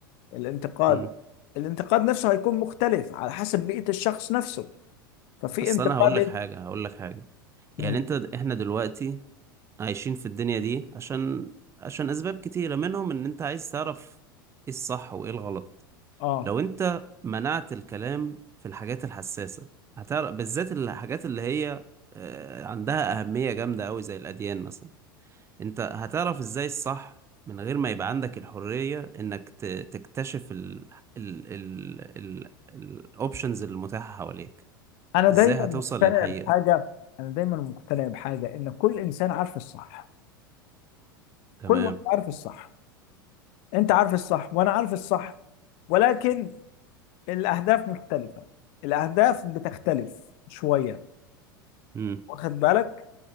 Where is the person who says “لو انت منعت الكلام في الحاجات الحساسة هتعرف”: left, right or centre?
Right